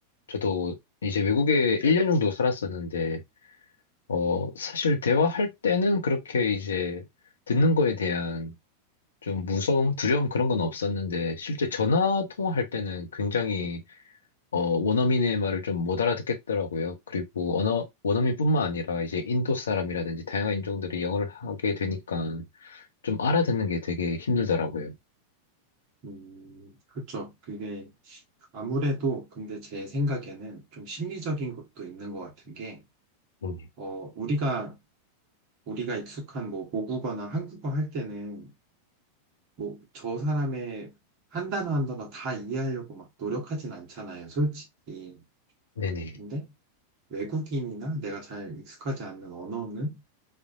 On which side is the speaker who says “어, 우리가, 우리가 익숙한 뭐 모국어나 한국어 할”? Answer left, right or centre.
Right